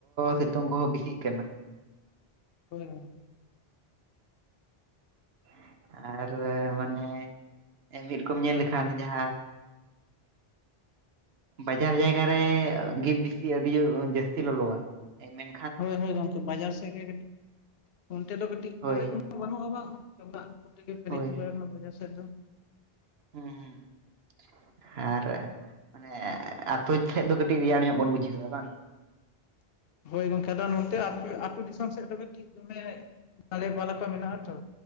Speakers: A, on the right; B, on the left.
A: ᱥᱤᱛᱩᱝ ᱠᱚᱦᱚᱸ ᱵᱮᱥᱤᱜ ᱠᱟᱱᱟ ᱾
B: ᱦᱳᱭ ᱦᱚ ᱫᱟᱲᱮᱜ-ᱟ ᱾
A: <inaudible> ᱟᱨ ᱢᱟᱱᱮ ᱢᱤᱫ ᱨᱚᱠᱚᱢ ᱧᱮᱞ ᱞᱮᱠᱷᱟᱱ ᱡᱟᱦᱟᱸ
B: <inaudible>
A: ᱵᱟᱡᱟᱨ ᱡᱟᱭᱜᱟ ᱨᱮ ᱜᱮ ᱵᱮᱥᱤ ᱟᱹᱰᱤ ᱡᱳᱨ ᱡᱟᱹᱥᱛᱤ ᱞᱚᱞᱚᱣᱟ ᱢᱮᱱ
B: ᱦᱳᱭ ᱦᱳᱭ ᱜᱚᱢᱠᱮ ᱵᱟᱡᱟᱨ ᱥᱮᱫ ᱜᱮ ᱠᱟᱹ <inaudible> ᱚᱱᱛᱮ ᱫᱚ ᱠᱟᱹᱴᱤᱡ
A: ᱦᱳᱭ
B: ᱫᱟᱨᱮ ᱠᱚ ᱵᱟᱹᱱᱩᱜ-ᱟ ᱵᱟᱝ ᱚᱱᱠᱟ <unintelligible> ᱛᱮᱜᱮ ᱯᱮᱨᱮᱡ
A: ᱦᱳᱭ
B: ᱪᱟᱵᱟ ᱟᱠᱟᱱᱟ ᱵᱟᱡᱟᱨ ᱥᱮᱫ ᱫᱚ ᱾
A: ᱦᱮᱸ ᱦᱮᱸ ᱾ <inaudible> ᱟᱨ ᱢᱟᱱᱮ ᱟᱛᱳ ᱴᱷᱮᱡ ᱫᱚ ᱠᱟᱹᱴᱤᱡ ᱨᱮᱭᱟᱲ ᱧᱚᱜ ᱵᱚᱱ ᱵᱩᱡᱷᱟᱹᱣᱟ ᱵᱟᱝ?
B: <inaudible> ᱦᱳᱭ ᱜᱚᱝᱠᱮ ᱟᱫᱚ ᱱᱚᱛᱮ <unintelligible> ᱟᱹᱛᱩ ᱫᱤᱥᱚᱢ ᱥᱮᱫ ᱫᱚ <unintelligible> <unintelligible> ᱠᱚ ᱢᱮᱱᱟᱜ-ᱟ ᱛᱚ